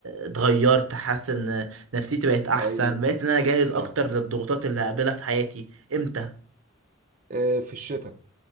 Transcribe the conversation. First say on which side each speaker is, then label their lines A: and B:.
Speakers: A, on the right; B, on the right.
A: اتغيرت حاسس ان نفسيتي بقت احسن
B: ايوه
A: بقيت ان انا جاهز
B: صح
A: اكتر للضغوطات اللي هقابلها في حياتي امتى
B: آه، في الشتاء